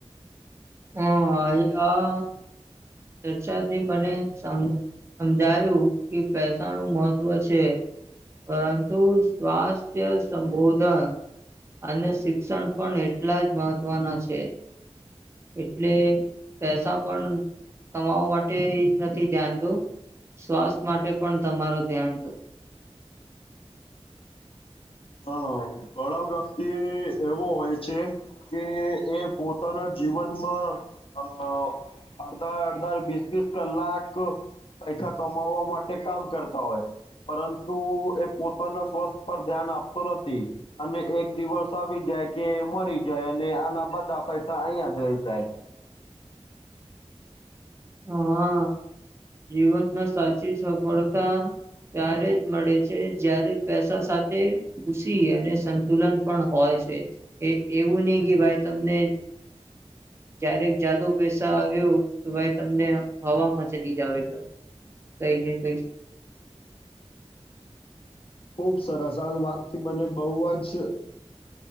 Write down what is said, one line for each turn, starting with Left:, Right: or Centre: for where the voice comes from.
Right: હ આ આ ચર્ચાથી મને સમજાયું કે પેસાણું મહત્વ છે પરંતુ સ્વાસ્થ્ય સંબોધન અને શિક્ષણ પણ એટલા જ મહત્વના છે એટલે પૈસા પણ કમાવા માટે નથી ધ્યાન દો સ્વાસ્થ માટે પણ તમારું ધ્યાન દ
Left: હા ઘણા વ્યક્તિ એવો હોય છે કે એ પોતાના જીવનમાં અ અડધા અડધા વીસ વીસ કલાક પૈસા કમાવવા માટે કામ કરતા હોય પરંતુ એ પોતાના સ્વસ્થ પર ધ્યાન આપતું નથી અને એક દિવસ આવી જાય કે મરી જાય અને આના બધા પૈસા અહીયા જ રહી જાય
Right: હા જીવનમાં સાચી સફળતા ત્યારે જ મળે છે જારે પૈસા તે ખુસી અને સંતુલન પણ હોય છે એવું નહી કે ભાઈ તમને જ્યારેક જાદુ પૈસા આવ્યો તો ભાઈ તમને હવામાં ચલી જાવ તો કઈ ને કઈ
Left: ખુબ સરસ આ વાત થી મને બહુ જ